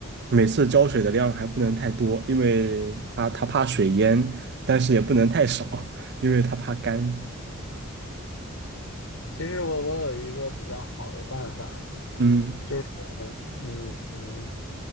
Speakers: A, on the right; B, on the left.
A: 每次浇水的量还不能太多，因为它它怕水淹，但是也不能太少，因为它怕干。
B: 其实我我有一个比较好的办法，
A: 嗯
B: 就是，嗯。嗯